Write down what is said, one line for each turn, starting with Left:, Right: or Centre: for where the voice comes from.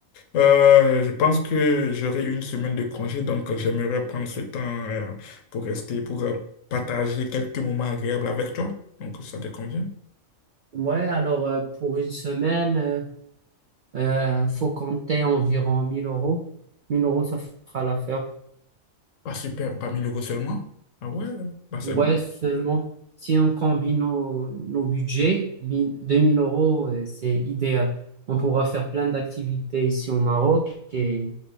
Left: Euh, je pense que j'aurai une semaine de congé, donc euh, j'aimerais prendre ce temps euh, pour rester, pour euh, partager quelques moments agréables avec toi. Donc, ça te convient?
Right: Ouais, alors euh, pour une semaine, euh, euh, faut compter environ 1000 euros. 1000 euros, ça fera l'affaire
Left: Bah super, pas 1000 euros seulement. Ah ouais, bah c'est
Right: Ouais,
Left: bon.
Right: seulement si on combine nos, nos budgets, 1000 2000 euros, euh, c'est idéal. On pourra faire plein d'activités ici au Maroc et,